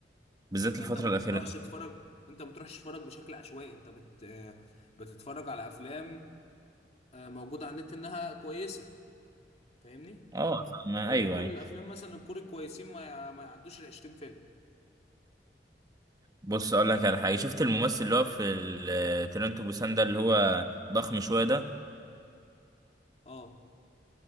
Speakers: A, on the right (about 20°); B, on the left (about 40°).
A: بالذات
B: ما
A: الفترة
B: أنت ما
A: الأخيرة
B: بتروحش
A: دي.
B: تتفرج أنت ما بتروحش تتفرج بشكل عشوائي أنت بت... آه، بتتفرج على أفلام آه، موجودة على النت إنها كويسة فاهمني؟
A: اه ما-
B: هم
A: ايوه
B: كل
A: أيوه.
B: الأفلام مثلا الكوري كويسين ما, ي... ما يعدوش ال 20 فيلم
A: بص اقول لك على حاجه شفت الممثل اللي هو في ال- ترنتو بوسان ده اللي هو ضخم شويه ده
B: أه